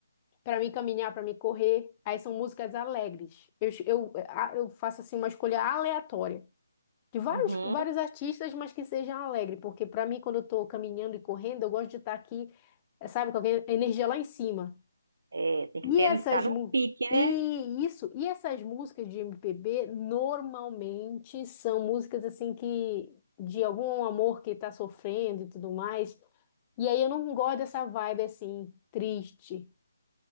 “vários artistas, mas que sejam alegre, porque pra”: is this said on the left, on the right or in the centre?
Left